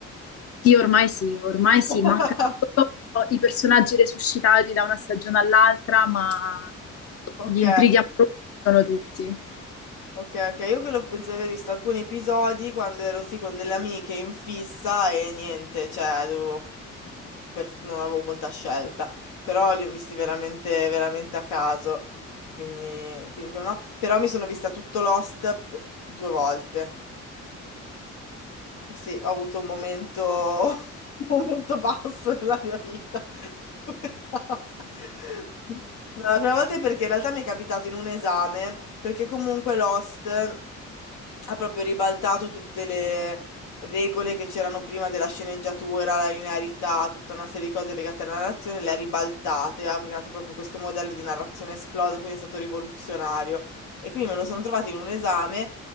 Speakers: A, on the left; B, on the left.
A: Sì, ormai sì, ormai sì,
B: <laughs>
A: mancano solo i personaggi resuscitati da una stagione all'altra, ma
B: Ok.
A: gli intrighi amorosi sono tutti.
B: Ok, ok, io quello penso di aver visto alcuni episodi quando ero sì con delle amiche in fissa e niente, cioè dovevo- per- non avevo molta scelta, però li ho visti veramente, veramente a caso, quindi, quindi quello no. Però mi sono vista tutto Lost p- due volte. Sì, ho avuto un momento, <laughs> un momento basso nella mia vita. <laughs> No, la prima volta è perché in realtà mi è capitato in un esame, perché comunque Lost ha proprio ribaltato tutte le regole che c'erano prima della sceneggiatura, la linearità, tutta una serie di cose legate alla narrazione, le ha ribaltate, ha creato proprio questo modello di narrazione esplosa, quindi è stato rivoluzionario. E quindi me lo sono trovato in un esame.